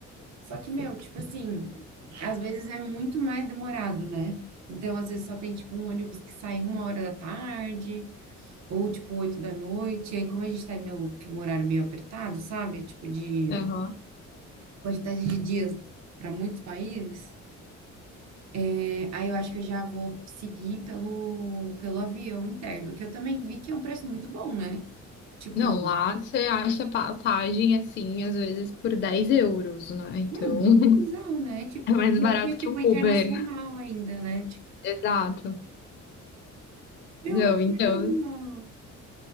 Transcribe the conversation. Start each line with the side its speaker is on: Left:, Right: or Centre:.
Right: Só que, meu, tipo assim, às vezes é muito mais demorado, né? Então, às vezes só tem, tipo, um ônibus que sai uma hora da tarde, ou, tipo, oito da noite. E aí, como a gente tá em meio, que um horário meio apertado, sabe? Tipo, de
Left: aham.
Right: quantidade de dias para muitos países, é, aí eu acho que eu já vou seguir pelo, pelo avião interno, que eu também vi que é um preço muito bom, né? Tipo,
Left: Não, lá você acha passagem assim, às vezes por 10 euros, né? Então
Right: meu, é muito bizarro, né?
Left: <laughs>
Right: Tipo,
Left: é mais
Right: pior
Left: barato
Right: que é, tipo,
Left: que o
Right: internacional
Left: Uber.
Right: ainda, né? Tipo,
Left: Exato.
Right: meu,
Left: Não,
Right: é
Left: então,
Right: muito bizarro.